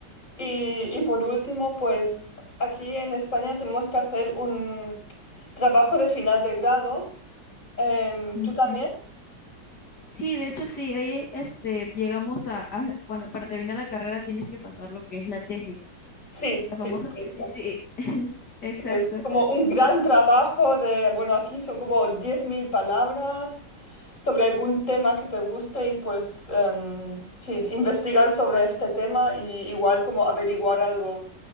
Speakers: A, on the left; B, on the left.
A: Y, y por último, pues aquí en España tenemos que hacer un trabajo de final de grado. Em,
B: Ujú.
A: ¿tú también?
B: Sí, de hecho sí, ahí este, llegamos a, a- cuando para terminar la carrera tienes que pasar lo que es la tesis,
A: Sí,
B: la
A: sí,
B: famosa
A: correcto.
B: tesis, sí, <laughs> exacto,
A: Es como un gran trabajo de, bueno, aquí son como 10.000 palabras sobre algún tema que te guste y pues em, sí, investigar sobre este tema y igual como averiguar algo